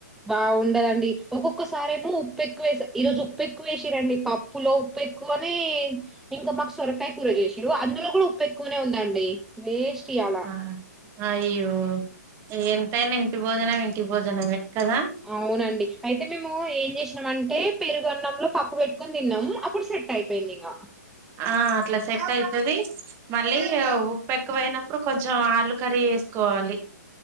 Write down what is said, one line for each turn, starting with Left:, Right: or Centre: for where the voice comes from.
Centre: బాగుండదండి ఒొక్క ఒకసారేమో ఉప్పు ఎక్కువ వేస ఈ రోజు ఉప్పు ఎక్కువ వేసిరండి పప్పులో ఉప్పు ఎక్కువ అని ఇంకా మాకు సొరకాయ కూర చేసిారు అందులో కూడా ఉప్పు ఎక్కువనే ఉందండి వేస్ట్ ఇయ్యాల
Right: ఆ అ అయ్యో ఎంతైనా ఇంటి భోజన ఇంటి భోజనమే కదా
Centre: అవునండి అయితే మేము ఏం చేసినాం అంటే పెరుగు న్నంలో పక్క పెట్టుకుని తిన్నాము అప్పుడు సెట్ అయిపోయింది ఇంక
Right: ఆ అట్లా సెట్ అయితుది మళ్ళీ ఉప్పు ఎక్కువయినప్పుడు కొంచెం ఆలు కర్రీ చేసుకోవాలి